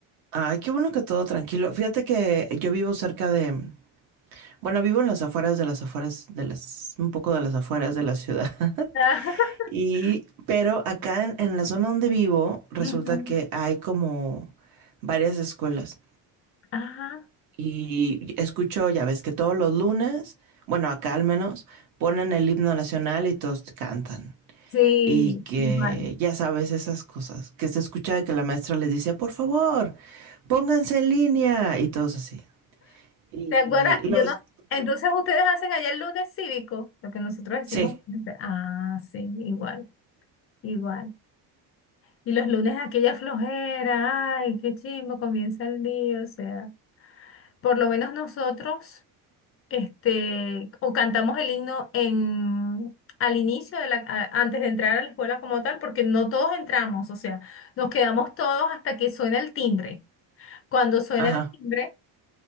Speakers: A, on the right (about 60°); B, on the left (about 35°).
A: Ay, qué bueno que todo tranquilo. Fíjate que yo vivo cerca de, Bueno, vivo en las afueras de las afueras de las, un poco de las afueras de la ciudad. <laughs>
B: <laughs>
A: Y, pero acá en, en la zona donde vivo, resulta
B: Ujú,
A: que hay como varias escuelas.
B: Ajá,
A: Y escucho, ya ves que todos los lunes, bueno, acá al menos, ponen el himno nacional y todos cantan.
B: sí,
A: Y que
B: igual.
A: ya sabes esas cosas, que se escucha de que la maestra les dice, por favor, pónganse en línea y todos así. Y
B: ¿Te acuerdas? Yo
A: los,
B: no. Entonces ustedes hacen allá el lunes cívico, lo que nosotros decimos.
A: sí,
B: este, Ah, sí, igual, igual. Y los lunes aquella flojera, ay, qué chimbo, comienza el día, o sea, por lo menos nosotros. este, o cantamos el himno en, al inicio de la, a- antes de entrar a la escuela como tal, porque no todos entramos, o sea, nos quedamos todos hasta que suena el timbre. Cuando suena
A: ajá.
B: el timbre,